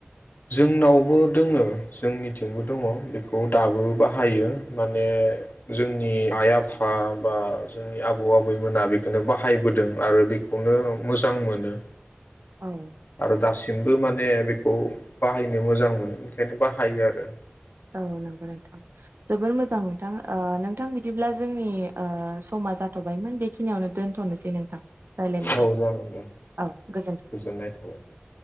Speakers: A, on the left; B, on the right.
A: जोंनावबो दोङो जोंनिथिंबो दङ बेखौ दाबो बाहायो माने जोंनि आइ आफा बा जोंनि आबौ आबैमोना बेखौनो बाहायबोदों आरो बेखौनो मोजां मोनो
B: औ
A: आरो दासिमबो माने बेखौ बाहायनो मोजां मोनो बेनिखायनो बाहायो आरो
B: औ नंगौ नोंथां जोबोर मोजां नोंथां ओ नोंथां बिदिब्ला जोंनि ओ समा जाथ'बायमोन बेखिनियावनो दोनथ'नोसै नोंथां। रायलायनायखौ
A: औ जागोन दे
B: औ गोजोन्थों
A: गोजोननाय थाबाय